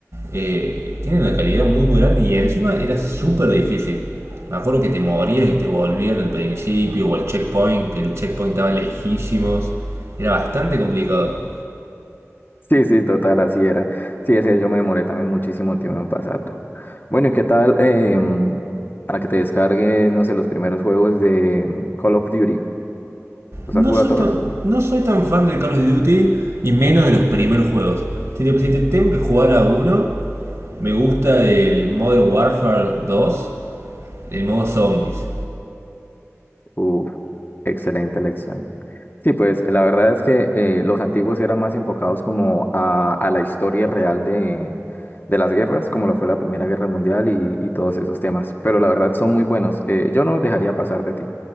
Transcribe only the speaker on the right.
Eh, tiene una calidad muy muy grande y encima era súper difícil. Me acuerdo que te morías y te volvían al principio o al checkpoint, que el checkpoint estaba lejísimos. Era bastante complicado.
No
soy
tan, no soy tan fan del Call of Duty y menos de los primeros juegos. Si te, si te tengo que jugar a uno, me gusta el Modern Warfare dos El modo zombies.